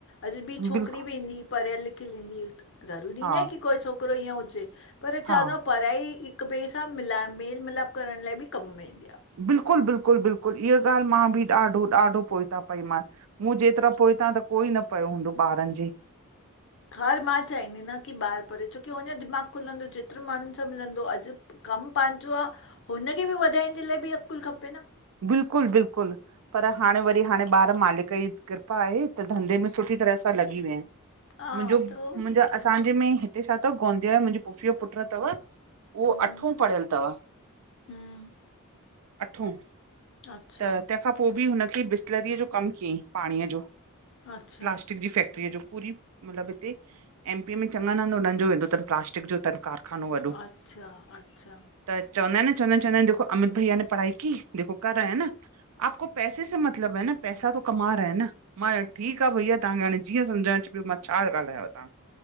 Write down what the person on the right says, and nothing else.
बिल्कुलु
हा
हा
बिल्कुलु- बिल्कुलु- बिल्कुलु इीअ ॻाल्हि मां बि ॾाढो -ॾाढो पोए ता पई मां आस। मूं जेतिरा पोइ हितां त कोई न पियो हूंदो ॿारनि जे।
बिल्कुलु- बिल्कुलु। पर हाणे वरी हाणे ॿार मालिक जी कृपा आहे त धंधे में सुठी तरह सां लॻी विया आहिन।
मुंहिंजो
मुंहिंजो
असांजे में। हिते छा अथव गोंदिया जो मुंहिंजी पुफीअ जो पुटु अथव उहो
अठो पढ़ियल अथव।
अठो।
त तेखां पो बि हुनखे बिसलरीअ जो कम कयईं पाणीअ जो।
प्लास्टिक जी फैक्ट्रीअ आहे जो पूरी मतलब हिते एमपीअ में चङन हंध उनन जोे वेंदो तन, प्लासिक जो तन। कारखानो वॾो।
त चवंदा आहिन न, चवंदा आहिन चवंदा आहिन, अमित भईयाे पढ़ाई की देखो कर रहे है न। आपको पैसे स मतलब है न, पैसा तो कमा रहे है न। मां ठीक आह भईया, तव्हांखे हाणे जीअं सम्झण अचे पियो मां छा ॻाल्हायां तव्हां